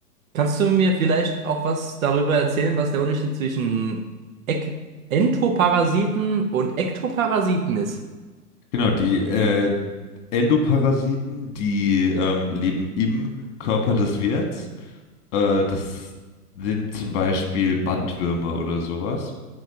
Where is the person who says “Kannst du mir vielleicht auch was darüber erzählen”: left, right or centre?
Right